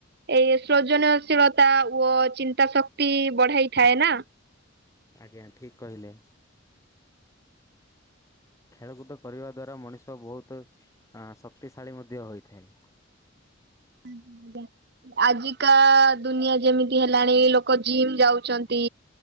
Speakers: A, on the right; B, on the left.
A: ଏଇ ସୃଜନଶୀଳତା ଓ ଚି ଚିନ୍ତା ଶକ୍ତି ବଢାଇଥାଏ ନା।
B: ଆଜ୍ଞା ଠିକ୍ କହିଲେ। ଖେଳକୁଦ କରିବା ଦ୍ୱାରା ମଣିଷ ବହୁତ ଆଁ ଶକ୍ତିଶାଳୀ ମଧ୍ୟ ହୋଇଥାଏ।
A: ଆଜ୍ଞ ଆଜ୍ଞା। ଆଜିକା ଦୁନିଆ ଯେମିତି ହେଲାଣି ଲୋକ ଜିମ୍ ଯାଉଚନ୍ତି।